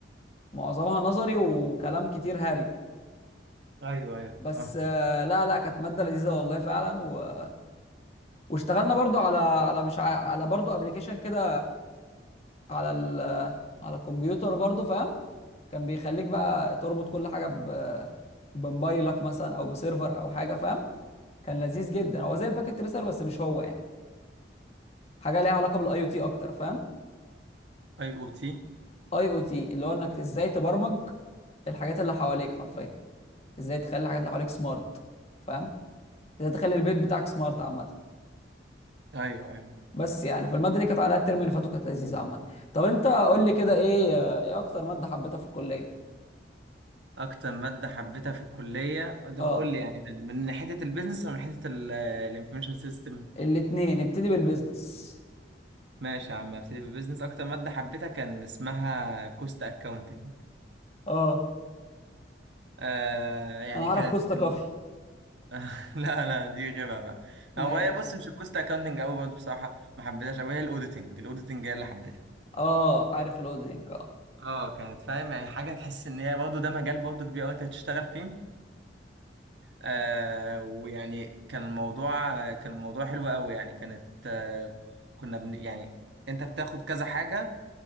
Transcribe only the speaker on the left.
معظمها نظري وكلام كتير هري
بس
آه لا لا كانت ماده لذيذه والله فعلا و... واشتغلنا برضو على على مش ع... على برضو ابلكيشن كده على ال... على الكمبيوتر برضو فاهم كان بيخليك بقى تربط كل حاجه ب... بموبايلك مثلا او بسيرفر او حاجه فاهم كان لذيذ جدا هو زي الباكيت تريسر بس مش هو يعني حاجه ليها علاقه بالاي او تي اكتر فاهم
اي او تي اللي هو انك ازاي تبرمج الحاجات اللي حواليك حرفيا ازاي تخلي الحاجات اللي حواليك سمارت فاهم ازاي تخلي البيت بتاعك سمارت عامه
بس يعني فالماده دي كانت عليها الترم اللي فاتوا كانت لذيذه عامه طب انت قول لي كده
ايه ايه اكتر ماده حبيتها في الكليه
اه
الاتنين ابتدي بالبيزنس
اه
انا اعرف
كوستا
كافي
ماشي
اه عارف الاودينك اه